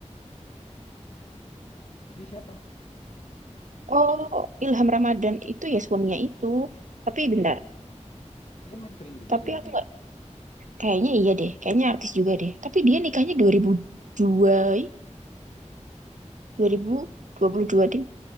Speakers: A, on the left; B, on the right.
A: Dia siapa?
B: Oh, Ilham Ramadan itu ya suaminya itu. Tapi bentar.
A: Dia main film juga
B: Tapi
A: dulunya.
B: aku nggak kayaknya iya deh. Kayaknya artis juga deh. Tapi dia nikahnya dua ribu dua ih, dua ribu dua puluh dua deh.